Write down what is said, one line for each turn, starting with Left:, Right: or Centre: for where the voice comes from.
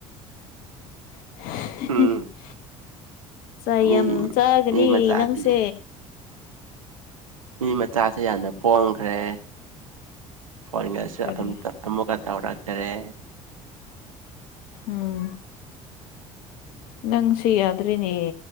Left: <unintelligible>
Right: ꯎꯝ
Left: ꯆꯥꯏ
Right: ꯃꯤ
Left: ꯌꯥꯝ ꯆꯥꯒꯅꯤ
Right: ꯃꯤ ꯃꯆꯥꯗꯤ
Left: ꯅꯪꯁꯦ꯫
Right: ꯃꯤ ꯃꯆꯥꯁꯦ ꯌꯥꯝꯅ ꯄꯣꯡꯈ꯭ꯔꯦ ꯐꯣꯟꯒꯁꯦ
Left: ꯀꯔꯤ
Right: ꯑꯝꯇ ꯑꯃꯨꯛꯀ ꯇꯧꯔꯛꯇꯔꯦ
Left: ꯎꯝ ꯅꯪꯁꯨ ꯌꯥꯗ꯭ꯔꯦꯅꯦ